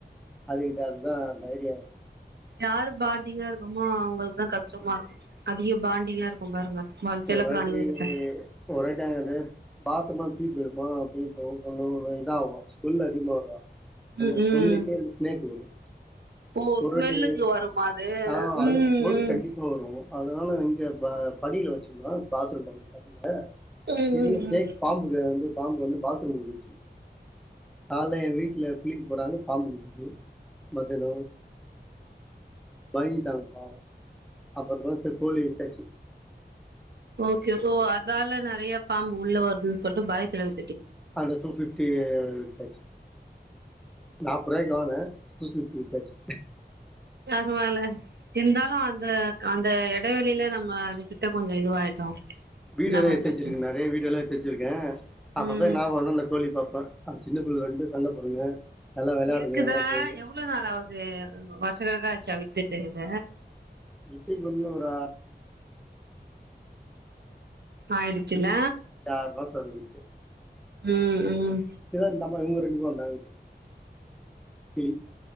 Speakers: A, in the centre; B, on the right.
A: அதுகிட்ட அதுதா தைரியோ
B: யாரு பாண்டிங்காருக்கமோ அவங்கள்கு தா கஷ்டமாருக்கு அதிக பாண்டிங்காருக்கு பாருங்க வள செல்ல
A: ஒர் வாட்டி
B: பிராணிங்க கிட்ட
A: ஒர் வாட்டி அத பாசமா‌ துக்கி அமா அப்டி போவோ <unintelligible> தா ஆவு ஸ்மெல் அதிகமா வரு அந்த
B: ம்
A: ஸ்மெல்லுக்கே
B: ம்
A: அந்த ஸ்நேக் வரு ச்ச
B: ஓ
A: ஒருவாட்டி
B: ஸ்மெல்லுக்கு வருமா அது
A: ஆ அதுயே
B: ம்
A: கோழி
B: ம்
A: கண்டிப்பா வரோ அதனால நா இங்க ப படியில வெச் நா பாத்ரூம் போனப்பப் படில
B: ம்
A: பெரிய
B: ம்
A: ஸ்னேக்
B: ம்
A: பாம்புக்கு வந்து பாம்பு வந்து பாத்ரூம்முள்ள இருந்துச்சு கால்ல எ வீட்ல குளிக் போனாங்க பாம்பு இருந்துச்சு மத்யானோ மயிங்கிட்டாங்க பாவோ அப்பறமா செரி கோழி வித்தாச்சு
B: ஓகே ஓ அத்தால நெறைய பாம்பு உள்ள வருதுன்னு சொல்ட்டு பயத்துல வி
A: அந்த டூ ஃபிப்டிய வித்தாச்சு நாப்போவுறாயிக்கு வாங்னே டூ ஃபிப்டிக்கு வித்தாச்சு
B: த பருவால இந்தாலு அந்த அந்த எடைவெளில நம்ம அது கிட்ட கொஞ்சோ இதுவாயிட்டோ
A: வீடியோல்லா
B: என்ன பண்றது
A: எத்து வச்சிருக்கேன்னாரு வீடியோல்லா எத்து வச்சிருக்க அப்பப்ப
B: ம்
A: நாபகொ வந்தா இந்த கோழி பாப்ப அது சின்ன பிள்ளைக ரண்டு சண்ட போடுங்க. நல்லா விளையாடுங்க
B: இருக்குதா
A: எல்லாம் செய்யுங்க
B: எவ்ளோ நாள் ஆகுது வ வருஷ கணக்கா சவித்துட்டு இத
A: <unintelligible> ஒரு
B: ஆயிடுச்சுல
A: ஆறு மாசோ இருந்து
B: ம் ம்
A: <unintelligible> நம்ம இங்க இருக்கமாட்ட <unintelligible>